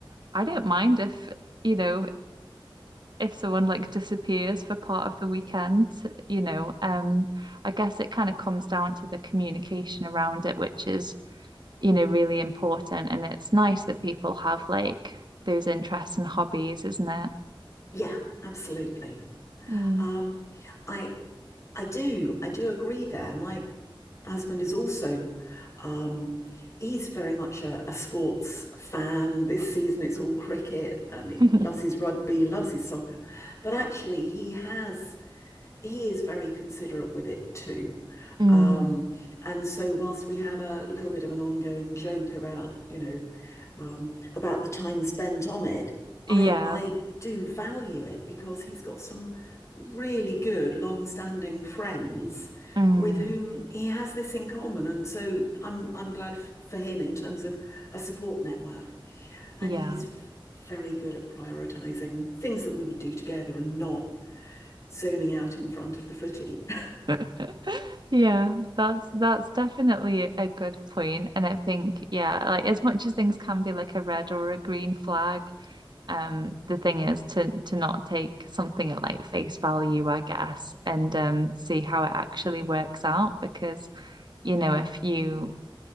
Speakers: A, on the right; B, on the left.
A: I don't mind if, you know, if someone like disappears for part of the weekend, you know, um I guess it kind of comes down to the communication around it, which is, you know, really important, and it's nice that people have like those interests and hobbies, isn't it?
B: yeah, absolutely.
A: Mm.
B: Um, I I do I do agree there. My husband is also um he's very much a, a sports fan. This season it's all cricket and
A: <laughs>
B: he loves his rugby, loves his soccer. But actually he has he is very considerate with it too.
A: Mm,
B: Um, and so whilst we have a little bit of an ongoing joke about, you know, um, about the time spent on it, I
A: Yeah,
B: I do value it because he's got some really good long-standing friends
A: mm.
B: with whom he has this in common. And so I'm I'm glad f for him in terms of a support network. And
A: yeah.
B: he's very good at prioritizing things that we would do together and not zoning out in front of the footy. <laughs>
A: <laughs> Yeah, that's that's definitely a good point. And I think, yeah, like as much as things can be like a red or a green flag, um, the thing is to to not take something at like face value, I guess, and um see how it actually works out. Because, you know, if you